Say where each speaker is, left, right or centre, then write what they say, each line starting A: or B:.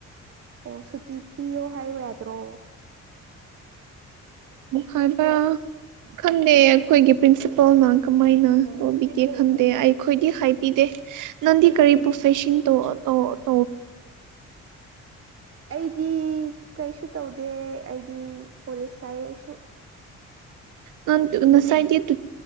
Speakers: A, on the right; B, on the right.
A: ꯑꯣ ꯁꯨꯇꯤ ꯄꯤꯌꯣ ꯍꯥꯏꯌꯨ ꯌꯥꯗ꯭ꯔꯣ
B: ꯍꯕ ꯈꯪꯗꯦ ꯑꯩꯈꯣꯏꯒꯤ ꯄ꯭ꯔꯤꯟꯁꯤꯄꯥꯜꯅ ꯀꯃꯥꯏꯅ ꯇꯧꯕꯤꯒꯦ ꯈꯟꯗꯦ ꯑꯩꯈꯣꯏꯗꯤ ꯍꯥꯏꯕꯤꯗꯦ ꯅꯪꯗꯤ ꯀꯔꯤ ꯄ꯭ꯔꯣꯐꯦꯁꯟ ꯇꯣ ꯇꯣ
A: ꯑꯩꯗꯤ ꯀꯩꯁꯨ ꯇꯧꯗꯦ ꯑꯩꯗꯤ ꯄꯂꯤꯁ ꯀꯥꯏꯁꯨ
B: ꯅ ꯉꯁꯥꯏꯗꯤ ꯇ